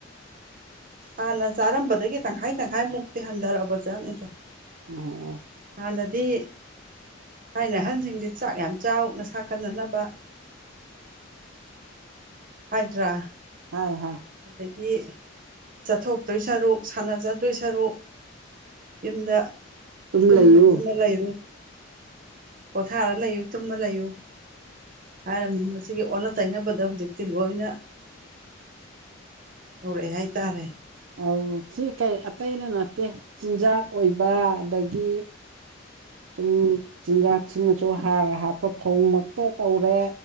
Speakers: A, on the right; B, on the right.
A: ꯍꯥꯟꯅ ꯆꯥꯔꯝꯕꯗꯒꯤ ꯇꯪꯈꯥꯏ ꯇꯪꯈꯥꯏꯃꯨꯛꯇꯤ ꯍꯟꯊꯔꯛꯑꯕꯖꯥꯠꯅꯤꯗꯦ
B: ꯎꯝ
A: ꯑꯅꯗꯤ ꯊꯥꯏꯅ ꯑꯍꯟꯁꯤꯡꯗꯤ ꯆꯥꯛ ꯌꯥꯝ ꯆꯥꯎꯅ ꯁꯥ ꯀꯅꯅꯕ
B: <inaudible>
A: ꯍꯥꯏꯗ꯭ꯔꯥ
B: ꯍꯥꯏ ꯍꯥꯏ
A: ꯑꯗꯒꯤ ꯆꯠꯊꯣꯛ ꯑꯗꯨꯣꯏ ꯁꯔꯨꯛ ꯁꯥꯟꯅꯖꯗꯣꯏ ꯁꯔꯨꯛ ꯌꯨꯝꯗ
B: ꯑꯗꯨꯝ
A: ꯇꯨꯝꯃ
B: ꯂꯩꯌꯨ
A: ꯇꯨꯝꯃ ꯂꯩꯔꯨ ꯄꯣꯊꯥꯔ ꯂꯩꯌꯨ ꯇꯨꯝꯃ ꯂꯏꯣ ꯍꯥꯏꯔꯝꯃꯤ ꯃꯁꯤꯒꯤ ꯑꯣꯟꯅ ꯇꯩꯅꯕꯗ ꯍꯧꯖꯤꯛꯇꯤ ꯂꯣꯏꯅ ꯇꯧꯔꯛꯑꯦ ꯍꯥꯏꯇꯥꯔꯦ
B: ꯑꯥꯎ ꯁꯤ ꯀꯩ ꯑꯇꯩꯅ ꯅꯠꯇꯦ ꯆꯤꯟꯖꯥꯛ ꯑꯣꯏꯕ ꯑꯗꯒꯤ ꯁꯨꯝ ꯆꯤꯟꯖꯥꯛꯁꯤꯅꯁꯨ ꯍꯥꯔ ꯍꯥꯞꯄ ꯐꯧꯃꯛꯇ ꯇꯧꯔꯦ